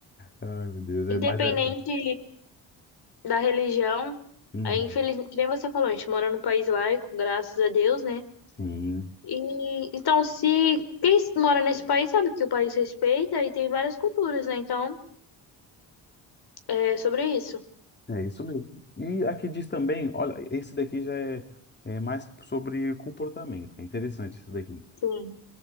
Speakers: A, on the left (about 25°); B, on the left (about 65°).
A: Ai, meu Deus, é
B: Independente
A: mais. É...
B: da religião.
A: Hum,
B: Aí, infeliz... que nem você falou, a gente mora num país laico, graças a Deus, né?
A: sim.
B: E então, se quem mora nesse país sabe que o país respeita e tem várias culturas, né? Então, é sobre isso.
A: É isso mesmo. E aqui diz também, olha, esse daqui já é, é mais sobre comportamento. É interessante isso daqui.
B: Sim.